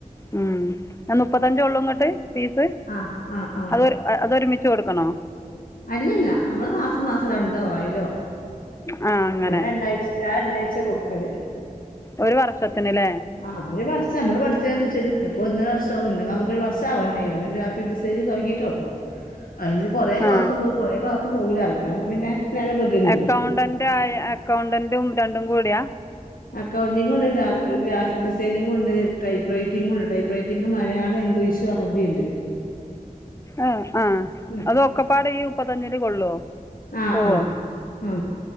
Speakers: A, on the left; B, on the left.
A: ഉം മുപ്പത്തഞ്ച് ഉള്ളൂ ഇങ്ങട്ട് ഫീസ്
B: ആഹ് ആഹ് ആഹ്
A: അതൊരു അതൊരുമിച്ച് കൊടുക്കണോ
B: അല്ലല്ല നമ്മള് മാസം മാസം രണ്ടോ ആയിരോ
A: ആ അങ്ങനെ
B: ഞാ രണ്ടാഴ്ച ആ രണ്ടാഴ്ച കൊടുക്കൽ
A: ഒരു വർഷത്തിന്ല്ലേ
B: ആ ഒരു വർഷ നമ്മ പഠിച്ച അപ്പോ ഒന്നര വർഷാവും എന്റെ മക ഒരു വർഷാവാനായി അവൻ ഗ്രഫിക് ഡിസൈനിങ് തുടങ്ങിട്ടുള്ളു അതിന് കൊറേ ക്ലാസ്
A: ആ
B: പോകും കുറേ ക്ലാസ്സ് പോകുല അങ്ങനെ ആകുമ്പോ പിന്നെ നേരം വെകുന്നുണ്ട്
A: അക്കൗണ്ടന്റ് ആ അക്കൗണ്ടന്റും രണ്ടും കൂടിയാ
B: അക്കൗണ്ടിങ് ഉണ്ട് ഗ്രാഫിക് ഡിസൈനിങ് ഉണ്ട് ടൈപ്പ് റൈറ്റിങ് ഉണ്ട് ടൈപ്പ് റൈറ്റിംഗ് മലയാളം ഇംഗ്ലീഷ് <unintelligible> അറബിയുണ്ട്
A: ആ ആഹ്
B: ഉം
A: അത് ഒക്കപ്പാട് ഈ മുപ്പത്തിയഞ്ചിൽ കൊള്ളുവോ
B: ആ
A: പോവോ
B: ആ ആ